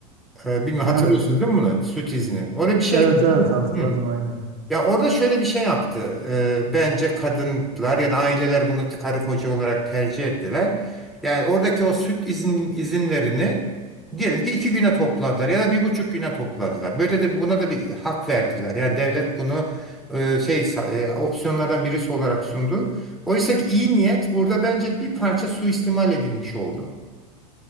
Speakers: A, in the centre; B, on the right.
A: Ee, bilmiyorum
B: Evet.
A: hatırlıyorsunuz değil mi bunu? Süt izni. Oraya bir şey
B: Evet
A: ekleyeceğim
B: evet hatırladım
A: mi?
B: aynen.
A: Ya orada şöyle bir şey yaptı. Ee, bence kadınlar ya da aileler bunu karı koca olarak tercih ettiler. Yani oradaki o süt izin, izinlerini diyelim ki iki güne topladılar ya da bir buçuk güne topladılar. Böyle de buna da bir hak verdiler. Yani devlet bunu e, şey e, opsiyonlardan birisi olarak sundu. Oysa ki iyi niyet burada bence bir parça suistimal edilmiş oldu.